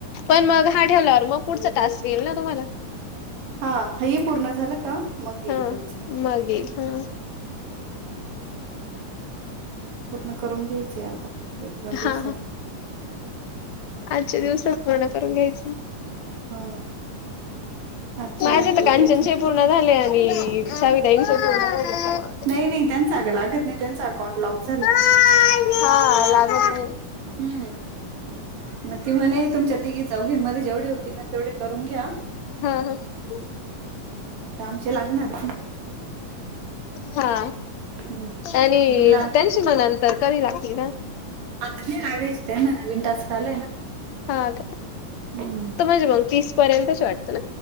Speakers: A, on the left; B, on the right.
A: पण मग हा ठेवल्यावर मग पुढचा टास्क येईल ना तुम्हाला
B: हा हे पूर्ण झालं का मग येईल
A: हा
B: पुढचं
A: मग येईल ह
B: पूर्ण करून घ्यायचंय आता एक दोन दिवसात.
A: हा आजचे दिवस पूर्ण करून घ्यायचं
B: हा आजच्या
A: माझे
B: नाहीत
A: तर
B: उद्याच्या.
A: कांचनचे पूर्ण झाले आणि
B: कुठे गेला?
A: साविताईंश पूर्ण झाले <unintelligible>
B: नाही, नाही त्यांचं आग लागत नाही त्यांचं अकाउंट लॉक झालंय
A: हा लागत नाही
B: हम्म मग ती म्हणे तुमच्या तिघी चौघींमध्ये जेवढे होती ना तेवढे करून घ्या
A: <unintelligible>
B: आता आमचे लागणार
A: हा
B: हम्म.
A: आणि
B: मी ला
A: त्यां तर कारी लागतील का
B: आत न लागायचित आहे ना नवीन टास्क आले ना
A: हा
B: हम्म
A: का <unintelligible> तीस पर्यंतच वाटतं ना